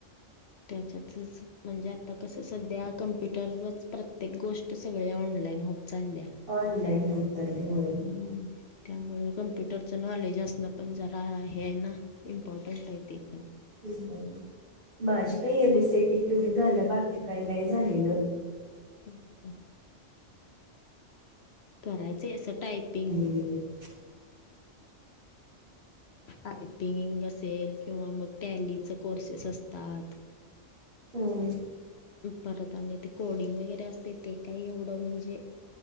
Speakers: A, on the left; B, on the right.
A: त्याच्यातच म्हणजे आता कसं सध्या कम्प्युटरवरच प्रत्येक गोष्ट सगळे ऑनलाईन होत चाल्या.
B: ऑनलाईन होत चाले होय.
A: हम्म त्यामुळे कम्प्युटरचं नॉलेज असणं पण जरा, हे आहे ना. इंपॉर्टन्ट हाय तेे पण.
B: <unintelligible> माझी काही M S C I T तेवढी झाल्या, बाकी काही नाही झालेलं.
A: <unintelligible> करायचे असं टायपिंग
B: <unintelligible>
A: टायपिंग असेल किंवा मग टॅलीच कोर्सेस असतात.
B: हम्म.
A: परत आणि ते कोडिंग वगैरे असतय, ते काय एवढं म्हणजे